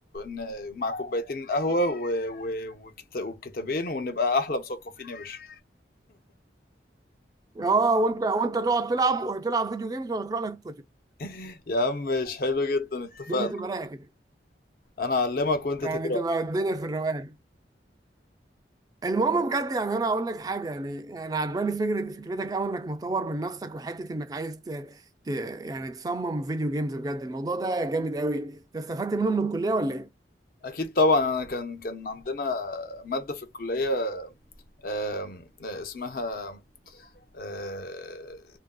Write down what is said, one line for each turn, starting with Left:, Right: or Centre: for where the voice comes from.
Left: ن... مع كوبايتين قهوة و... و... وكت... والكتابين ونبقى احلى مثقفين يا باشا
Right: اه وانت وانت تقعد تلعب وتلعب فيديو جيمز وانا اقرا لك الكتب
Left: <laughs> يا عم مش حلو جدا اتفقنا
Right: الدنيا تبقى رايقه كده
Left: انا اعلمك وانت
Right: يعني
Left: تقرا
Right: تبقى الدنيا في الروقان المهم بجد يعني انا اقول لك حاجه يعني انا عجباني فكره فكرتك قوي انك مطور من نفسك وحته انك عايز ت... ت... يعني تصمم فيديو جيمز بجد الموضوع ده جامد قوي انت استفدت منه من الكليه ولا ايه؟
Left: اكيد طبعا انا كان كان عندنا ماده في الكليه آم، آه، اسمها آه،